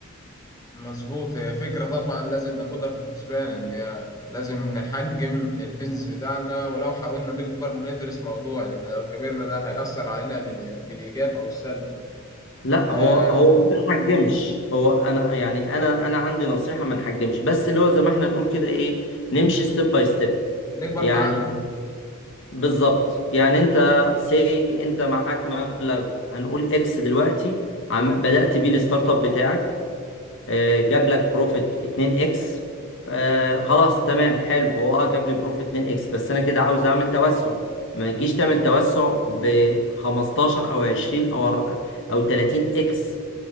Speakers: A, on the left; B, on the left.
A: مظبوط هي فكرة طبعا لازم ناخدها في الحسبان إن هي لازم نحجم البيزنس بتاعنا ولو حاولنا نكبر ندرس موضوع إن إحنا لو كبرنا ده هيأثر علينا بال- بالإيجاب أو السلب
B: لا
A: آه
B: هو هو ما نحجمش هو انا يعني انا انا عندي نصيحه ما نحجمش بس اللي هو زي ما احنا نقول كده ايه نمشي ستيب باي ستيب
A: نكبر
B: يعني
A: بعقل
B: بالظبط يعني انت سي انت معاك مبلغ هنقول اكس دلوقتي عم بدأت بيه الستارت اب بتاعك آه، جاب لك بروفيت 2 اكس آه، خلاص تمام حلو هو اه جاب لي بروفيت 2 اكس بس انا كده عاوز اعمل توسع ما تجيش تعمل توسع ب 15 او 20 او او 30 اكس